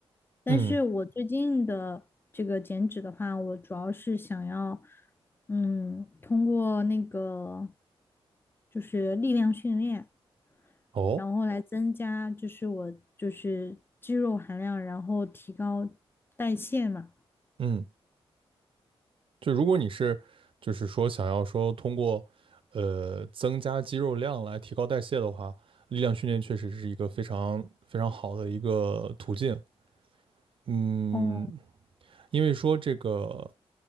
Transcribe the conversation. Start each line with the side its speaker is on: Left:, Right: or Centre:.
Left: 但是我最近的这个减脂的话，
Right: 嗯。
Left: 我主要是想要，嗯，通过那个就是力量训练，
Right: 哦，
Left: 然后来增加就是我就是肌肉含量，然后提高代谢嘛。
Right: 嗯，就如果你是就是说想要说通过呃增加肌肉量来提高代谢的话，力量训练确实是一个非常非常好的一个途径。嗯，
Left: 哦，
Right: 因为说这个